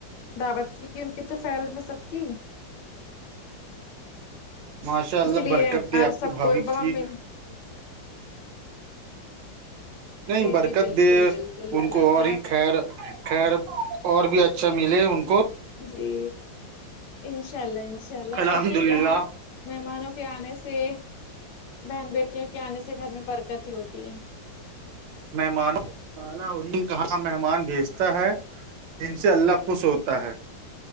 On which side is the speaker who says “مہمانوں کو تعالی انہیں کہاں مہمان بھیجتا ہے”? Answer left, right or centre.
Right